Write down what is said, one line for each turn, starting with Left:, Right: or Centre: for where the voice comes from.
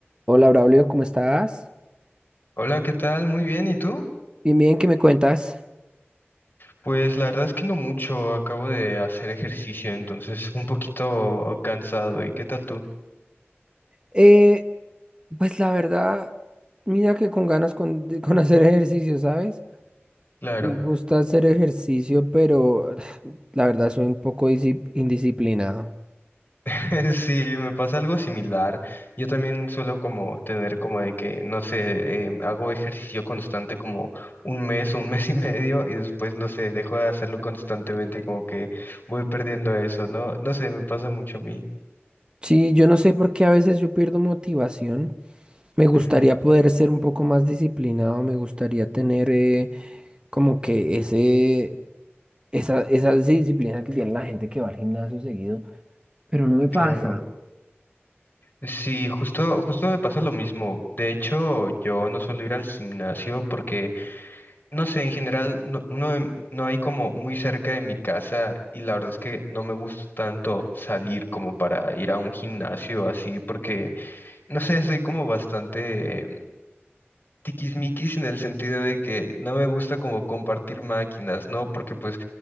Right: Hola, Braulio, ¿cómo estás?
Left: Hola, ¿qué tal? Muy bien, ¿y tú?
Right: Bien, bien, ¿qué me cuentas?
Left: Pues la verdad es que no mucho, acabo de hacer ejercicio, entonces un poquito cansado. ¿Y qué tal tú?
Right: Eh, pues la verdad, mira que con ganas con, de- <laughs> con hacer ejercicio, ¿sabes?
Left: Claro,
Right: Me gusta hacer ejercicio, pero <sighs> la verdad soy un poco disi- indisciplinado.
Left: <laughs> sí, me pasa algo similar. Yo también suelo como tener como de que, no sé, em, hago ejercicio constante como un mes o un <laughs> mes y medio y después, no sé, dejo de hacerlo constantemente, como que voy perdiendo eso, ¿no? No sé, me pasa mucho a mí.
Right: Sí, yo no sé por qué a veces yo pierdo motivación. Me gustaría
Left: Ujú,
Right: poder ser un poco más disciplinado, me gustaría tener eh, como que ese, esa, esa disciplina que tiene la gente que va al gimnasio seguido, pero no me pasa.
Left: claro. Sí, justo, justo me pasa lo mismo. De hecho, yo no suelo ir al gimnasio porque, no sé, en general no, uno em- no hay como muy cerca de mi casa y la verdad es que no me gusta tanto salir como para ir a un gimnasio así porque, no sé, soy como bastante em, tiquismiquis en el sentido de que no me gusta como compartir máquinas, ¿no? Porque pues,